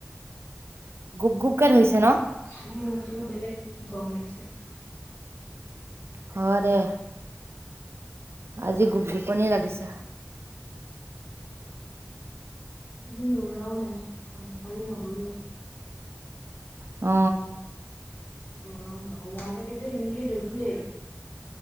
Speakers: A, on the right (about 65°); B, on the left (about 45°).
A: গুপ গুপকে ধৰিছে ন
B: উম কিবা বেলেগ গম লাগিছে। উ
A: হয় দে আজি গোপগোপনী লাগিছে।
B: এদিন দৌৰাও নাই আ কালি নগলোৱে।
A: অ।
B: গৰম ল'ৰা ছোৱালী বোৰে এনেকেই দৈ ফুৰেই।